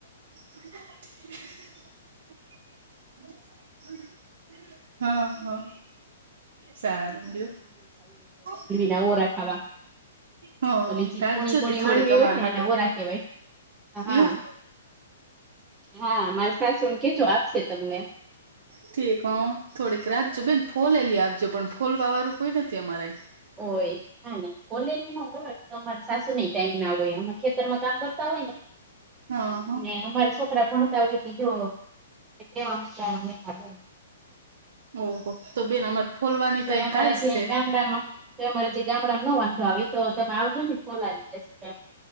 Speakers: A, on the right; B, on the right.
A: <inaudible> હા હા. સારીડ્યો શું?
B: નાવરાથવા
A: હા
B: ઓલી ચીકુ
A: રાખજો
B: ની પણ
A: તી થોડીક
B: માંડવી
A: અમાર
B: હોય ને
A: હાટુ
B: એને નવરા કહેવાય હા.
A: એવું
B: હા મારી સાસુને કેજો આપશે તમને.
A: ઠીક હા થોડીક રાખજો બેન ફોલેલી આપજો પણ ફોલવા વાળું કોઈ નથી અમારે.
B: ઓય હા ને ફોલેલી ના હોય તો અમારે સાસુ નેઈ ટાઈમ ના હોય અમે ખેતર માં કામ કરતા હોય ને
A: <unintelligible> હા
B: ને અમારા છોકરા ભણતા હોય તેજો એટલે <unintelligible>
A: ઓહો તો બેન અમારે ફોલવાની તો
B: એ
A: <inaudible>
B: અમારા જે
A: છે.
B: ગામડામાં તો અ મારે જગ્યા ગામડા નું હું વાંધો આવે તો તમે આવજો ને ફોલાવી દેશું કાક